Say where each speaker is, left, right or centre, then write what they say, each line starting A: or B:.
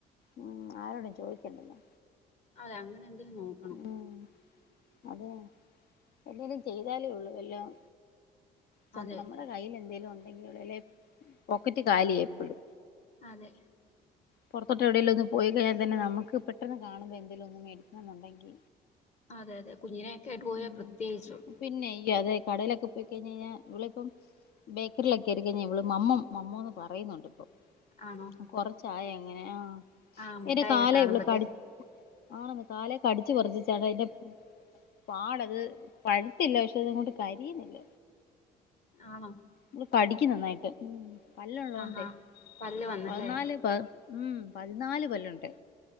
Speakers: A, on the left (about 65°); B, on the left (about 40°).
A: ഉം ആരോടും ചോയ്ക്കണ്ടല്ലോ
B: അതെ അങ്ങനെ എന്തേലുംനോക്കണം
A: ഉം അതാണ് എന്തെലും ചെയ്താലേഉള്ളൂ എല്ലാം സ്വ
B: അതെ
A: നമ്മുടെ കൈയിൽ എന്തേലും ഉണ്ടെങ്കിലൊള്ളു അല്ലെ പോക്കറ്റ്കാലിയ എപ്പഴും
B: അതെ
A: പൊറത്തോട്ട് എവിടെലും ഒന്ന് പോയികഴിഞ്ഞാതന്നെ നമുക്ക് പെട്ടെന്ന് കാണുമ്പ എന്തേലും ഒന്ന് മേടിക്കാന്നുണ്ടെങ്കി
B: അതെ അതെ കുഞ്ഞിനെയൊക്കെ ആയിട്ട് പോയാൽ
A: ഉം
B: പ്രത്യേകിച്ചും
A: പിന്നെ ഈ അതെ കടയിലൊക്കെ പോയി കഴിഞ് കഴിഞ്ഞാ ഇവളെ ഇപ്പം ബേക്കറിലൊക്കെയിരിക്കഴിഞ്ഞാ ഇവള് മമ്മം മമ്മോ എന്ന് പറയുന്നുണ്ട് ഇപ്പൊ
B: ആണോ
A: കൊറച്ചായങ്ങനെ ആഹ്
B: ആഹ് മുട്ടായൊക്കെ
A: എന്റെ കാലെ
B: കാണുമ്പത്തേ
A: ഇവള്കടി ആണ് കാലേ കടിച്ച് പറച്ച് <unintelligible> പാടത് പഴുത്തില്ല പക്ഷെ അത് ഇങ്ങോട്ട് കരിയുന്നില്ല
B: ആണോ
A: ഇവള് കടിക്കും നന്നായിട്ട് ഉം പല്ലുള്ളോണ്ടേ
B: ആഹാ പല്ല് വന്നല്ലേ
A: പതിനാല് പ ഉം പതിനാല് പല്ലുണ്ട്